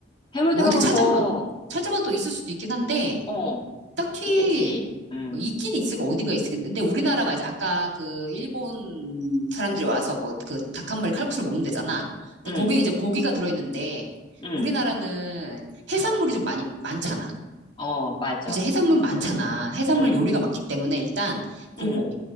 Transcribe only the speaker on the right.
뭐
어떻게 찾아보면,
찾보면 또 있을 수도 있긴 한데,
딱히,
어, 있긴 있을까, 어딘가 있을텐데. 근데 우리나라가 이제 아까 그 일본 사람들이 와서 뭐 그 닭 한 마리 칼국수를 먹는 데잖아. 근데
거기는 이제 고기가 들어있는데,
우리나라는 해산물이 좀 많이, 많잖아.
그치, 해산물 많잖아. 해산물
요리가 많기 때문에 일단, 그거,